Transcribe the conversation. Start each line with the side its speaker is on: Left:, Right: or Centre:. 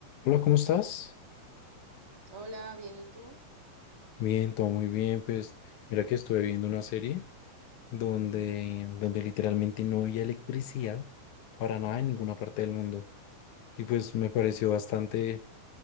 Left: Hola, ¿cómo estás?
Right: Hola, bien, ¿y tú?
Left: Bien, todo muy bien. Pues mira que estuve viendo una serie donde,
Right: Ujú,
Left: donde literalmente no había electricidad para nada
Right: ujú.
Left: en ninguna parte del mundo. Y pues me pareció bastante,